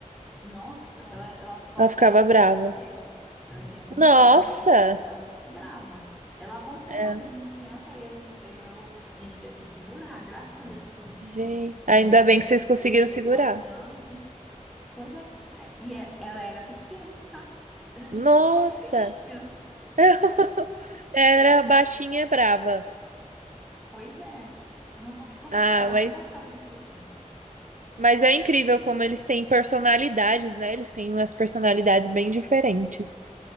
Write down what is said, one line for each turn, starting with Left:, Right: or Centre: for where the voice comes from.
Centre: nossa, ela, ela, só-
Right: Ela ficava
Centre: ela queria
Right: brava.
Centre: morder. Ela queria morder,
Right: Nossa!
Centre: ela era, ficava muito brava. Ela avançou
Right: É,
Centre: uma vez uma criança e aí eu, a gente teve que segurar, graças a Deus,
Right: gente. Ainda
Centre: não,
Right: bem que vocês conseguiram
Centre: não pegou
Right: segurar.
Centre: a criança. Pois é, porque- é, e é- ela era pequena, tá? Era tipo
Right: Nossa!
Centre: um salsichinha.
Right: <laughs> Era baixinha e brava.
Centre: Pois é. Nossa,
Right: Ah,
Centre: ela
Right: mas,
Centre: não gostava de criança.
Right: mas é incrível como eles têm personalidades, né? Eles têm umas personalidades bem diferentes.